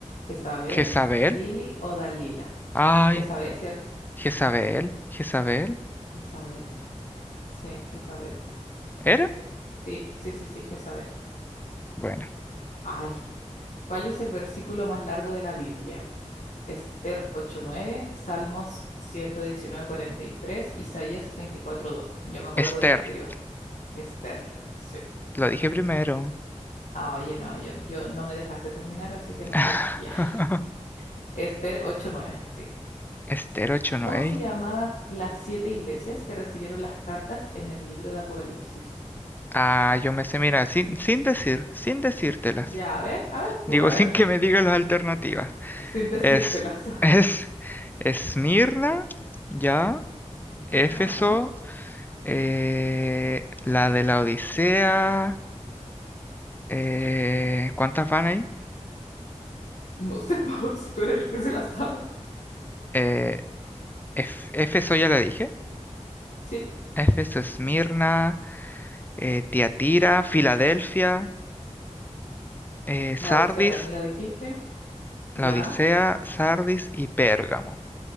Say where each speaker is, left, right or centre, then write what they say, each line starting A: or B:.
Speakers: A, on the left; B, on the left.
A: ¿Jezabel,
B: Jezabel.
A: Lili o Dalila?
B: Ay,
A: Jezabel, ¿cierto?
B: Jezabel. Jezabel.
A: Jezabel. Sí, Jezabel.
B: ¿Era?
A: Sí, sí, sí, sí, Jezabel.
B: Bueno.
A: Ay, ¿cuál es el versículo más largo de la Biblia? Esther ocho nueve, Salmos ciento diecinueve cuarenta y tres, Isaías veinticuatro dos. Yo me acuerdo
B: Esther.
A: del anterior. Esther, sí.
B: Lo dije primero.
A: Ah, oye, no, yo, yo no me dejaste terminar, así que
B: <laughs>
A: no cuenta. Ya. <laughs> Esther ocho nueve, sí.
B: Esther ocho nueve
A: ¿Cómo se llamaban las siete iglesias que recibieron las cartas en el libro de Apocalipsis?
B: Ah, yo me sé, mira, sin, sin decir, sin decírtelas.
A: Ya, a ver, a ver, pues,
B: Digo,
A: a ver,
B: sin que me diga las alternativas.
A: sin decírtelas.
B: Es,
A: <laughs>
B: es, Esmirna, ya, Éfeso,
A: Ya.
B: eh, la de la Odisea. eh, ¿cuántas van ahí?
A: No sé <laughs> po, si tú eres el que se la sabe.
B: Eh, Ef- Éfeso ya la dije.
A: Sí,
B: Éfeso, Esmirna, eh, Tiatira, Filadelfia, eh, Sardis,
A: la Odisea también la dijiste.
B: la
A: Ya,
B: Odisea, Sardis y Pérgamo.